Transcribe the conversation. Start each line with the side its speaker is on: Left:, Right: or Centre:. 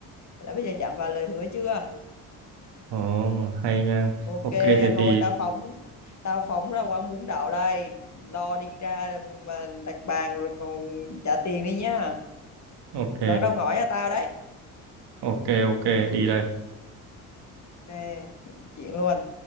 Left: đã bây giờ chạm vào lời hứa chưa
Right: Ồ, hay nha.
Left: Ok
Right: Ok, thế
Left: thôi
Right: thì...
Left: tao phóng tao phóng ra quán bún đậu đây lo đi ra mà đặt bàn rồi còn trả tiền đi nhá
Right: Ok,
Left: quán đâu gọi cho tao đấy
Right: ok, ok, đi đây.
Left: ok chuyện chuyện luôn